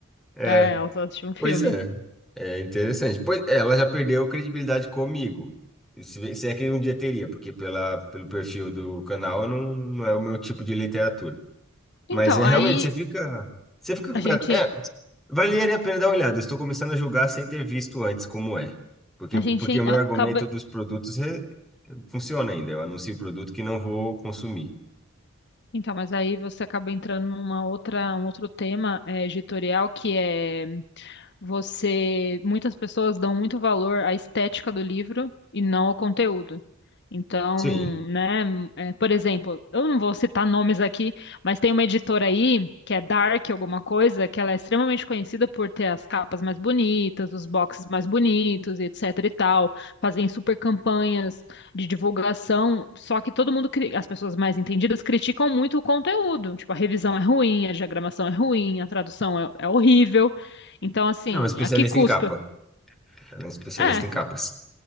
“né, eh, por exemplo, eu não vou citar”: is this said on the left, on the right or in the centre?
Left